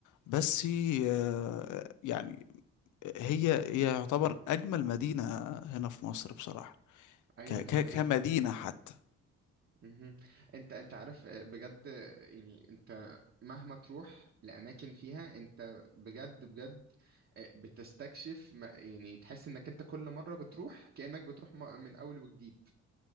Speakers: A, on the left; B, on the right.
A: بس آه يعني هي هي يعتبر أجمل مدينة هنا في مصر بصراحة
B: ايوه
A: ك ك
B: دي حقيقة
A: كمدينة
B: فعلا
A: حتى
B: مهم. انت انت عارف آه، بجد آه، يعني انت مهما تروح لاماكن فيها انت بجد بجد آه، بتستكشف ما- يعني تحس انك انت كل مرة بتروح كأنك بتروح م- من اول وجديد